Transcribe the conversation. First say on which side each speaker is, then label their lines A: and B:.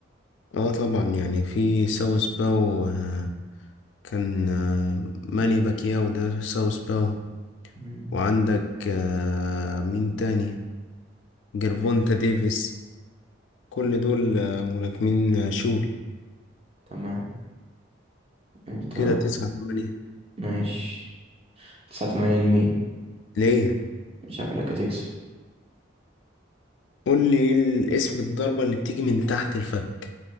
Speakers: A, on the left; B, on the right.
A: اه طبعا يعني في ساوث باو آه، كان آه، ماني باكياو ده ساوث باو
B: مم.
A: وعندك آه، مين تاني جيرفونتا ديفيس كل دول آه، ملاكمين آه، شول
B: تمام انت
A: كده تسعة تمانية
B: ماشي تسعة تمانية لمين
A: ليه؟
B: شكلك هتكسب
A: قول لي إيه الاسم الضربة اللي بتيجي من تحت الفك